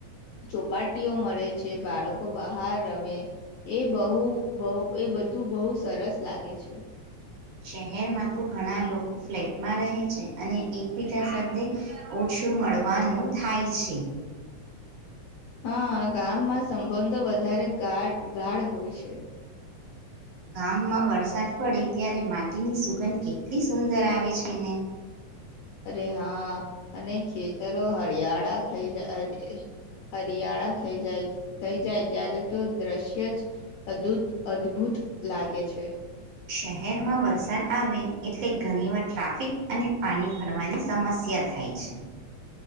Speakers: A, on the left; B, on the right.
A: ચોપાટીઓ મળે છે બાળકો બહાર રમે એ બહુ બહ એ બધું બહુ સરસ લાગે છે.
B: શહેરમાં તો તો ઘણા લોકો ફ્લેટમાં રહે છે અને એકબીજા સાથે ઓછું મળવાનું થાય છે.
A: હા ગામમાં સંબંધો વધારે ગ ગાઢ હોય છે.
B: ગામમાં વરસાદ પડે ત્યારે માટીની સુગંધ કેટલી સુંદર આવે છે ને.
A: અરે હા અને ખેતરો હરિયાળા થઈ જાય, હરિયાળા થઈ જાય થઈ જાય ત્યારે તો દ્રશ્ય જ અદુત, અદભુત લાગે છે.
B: શહેરમાં વરસાદ આવે એટલે ઘણીવાર ટ્રાફિક અને પાણી ભરવાની સમસ્યા થાય છે.